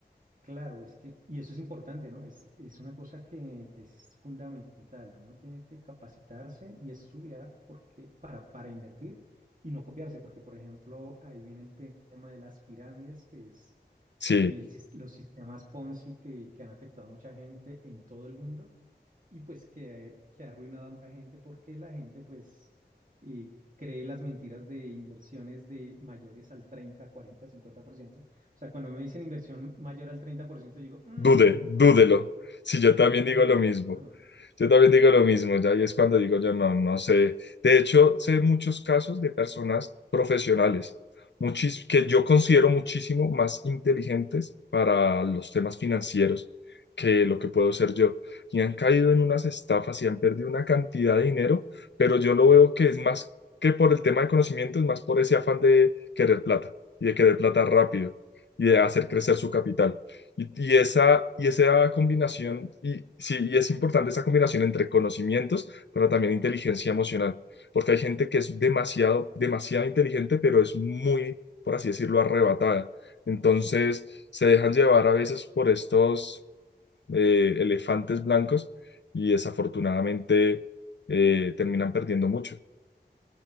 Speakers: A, on the right (about 50°); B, on the left (about 85°).
A: Claro, es que y eso es importante, ¿no? Es es una cosa que es fundamental. Uno tiene que capacitarse y estudiar porque para para invertir y no copiarse, porque por ejemplo, ahí viene el tema de las pirámides que es
B: Sí,
A: el sis- los sistemas Ponzi que, que han afectado a mucha gente en todo el mundo y pues que, que ha arruinado a mucha gente porque la gente pues eh, cree las mentiras de inversiones de mayores al treinta cuarenta cincuenta por ciento O sea, cuando me dicen inversión mayor al 30%, yo digo, mmm,
B: dude, dúdelo. Si yo también
A: dúdelo,
B: digo lo mismo.
A: ¿no?
B: Yo también digo lo mismo, ya, y es cuando digo
A: Eh,
B: yo no, no sé. De hecho, sé muchos casos de personas profesionales, muchis- que yo considero muchísimo más inteligentes para los temas financieros que lo que puedo ser yo. Y han caído en unas estafas y han perdido una cantidad de dinero, pero yo lo veo que es más que por el tema de conocimiento, es más por ese afán de querer plata y de querer plata rápido y de hacer crecer su capital. Y, y
A: y,
B: esa, y esa combinación,
A: sí, claro,
B: y sí, y es importante esa combinación entre conocimientos, pero también inteligencia emocional, porque hay gente que es demasiado, demasiado inteligente, pero es muy, por así decirlo, arrebatada. Entonces, se dejan llevar a veces por estos eh, elefantes blancos y desafortunadamente eh, terminan perdiendo mucho.